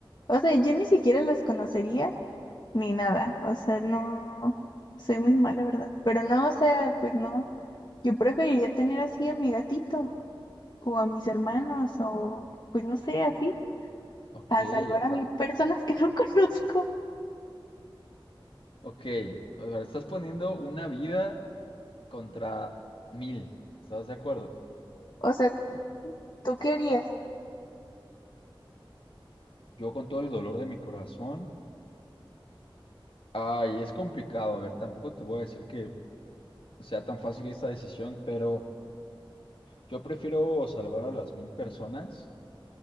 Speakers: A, on the left; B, on the left.
A: o sea, yo ni siquiera los conocería ni nada. O sea, no, soy muy mala, ¿verdad? Pero no, o sea, pues no. Yo preferiría tener así a mi gatito o a mis hermanos o pues no sé, así.
B: Ok,
A: a salvar
B: o
A: a
B: sea,
A: mil personas que no <laughs> conozco.
B: ok. O sea, estás poniendo una vida contra mil. ¿Estás de acuerdo?
A: O sea, ¿tú qué harías?
B: Yo con todo el dolor de mi corazón. Ay, es complicado. A ver, tampoco te voy a decir que sea tan fácil esta decisión, pero yo prefiero salvar a las mil personas